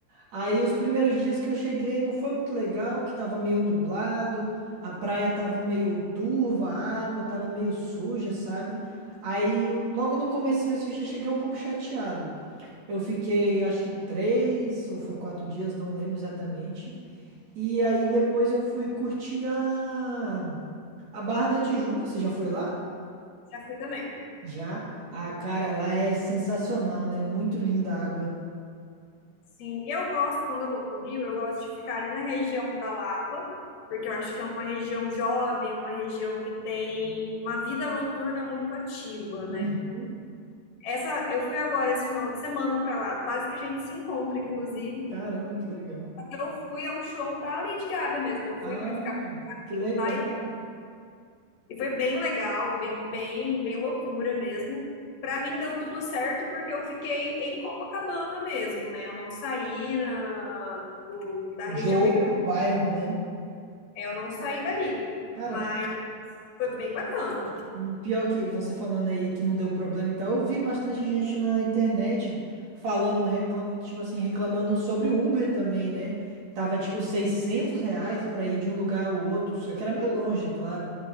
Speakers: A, on the right; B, on the left.
A: Aí os primeiros dias que eu cheguei não foi muito legal, que tava meio nublado, a praia tava meio turva, a água tava meio suja, sabe? Aí logo no comecinho assim eu já cheguei um pouco chateado. Eu fiquei acho que três ou foi quatro dias, não lembro exatamente. E aí depois eu fui curtir a, a Barra da Tijuca. Você já foi lá?
B: já fui também.
A: Já. Ah, cara, lá é sensacional, né? Muito linda a água.
B: Sim, eu gosto, quando eu vou pro Rio, eu gosto de ficar ali na região da Lapa, porque eu acho que é uma região jovem, uma região que tem uma vida noturna muito ativa, né?
A: Uhum.
B: Essa, eu fui agora esse final de semana pra lá, quase que a gente se encontra, inclusive.
A: Caramba, que legal.
B: Eu fui ao show da Lady Gaga mesmo, eu
A: Ah,
B: fui pra ficar
A: que legal.
B: lá e E foi bem legal, bem, bem, bem loucura mesmo. Para mim deu tudo certo porque eu fiquei em Copacabana mesmo, né? Eu não saí na, do- da
A: De
B: região
A: outro
B: micro,
A: bairro, né?
B: é, eu não saí dali,
A: Cara,
B: mas foi bem bacana.
A: e pior que você falando aí que não deu problema e tal, eu vi bastante gente na internet falando, reclam... tipo assim, reclamando sobre o Uber também, né? Tava tipo
B: Sim,
A: 600 reais pra ir de um lugar ao outro, só que era meio longe, é claro.